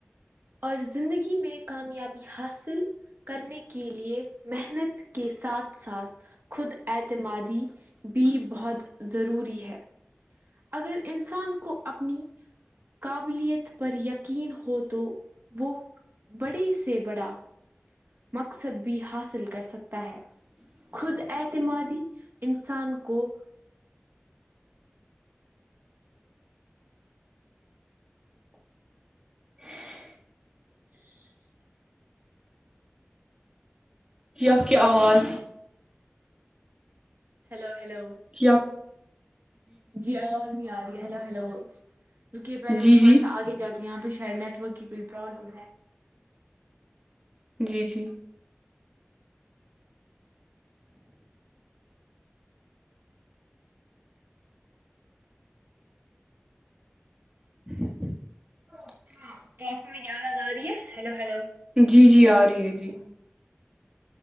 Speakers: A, on the right (about 55°); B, on the right (about 20°).
A: اور زندگی مشکل میں کامیابی حاصل کرنے کے لیے محنت کے ساتھ ساتھ خود اعتمادی بھی بہت ضروری ہے اگر انسان کو اپنی قابلیت پر یقین ہو تو وہ بڑی سے بڑا مقصد بھی حاصل کر سکتا ہے خود اعتمادی انسان کو
B: <inaudible>
A: <inaudible>
B: جی آپ کی آواز
A: ہیلو ہیلو
B: جی آپ
A: جی آواز نہیں آ رہی ہے ہلو ہیلو رکیے پہلے
B: جی
A: میں
B: جی
A: تھوڑا سا آگے جاتا یہاں پہ شاید نیٹ ورک کی کوئی پرابلم ہے
B: جی جی <inaudible>
A: ہاں تو آپ کو میری آواز آ رہی ہے ہیلو ہیلو
B: جی جی آ رہی ہے جی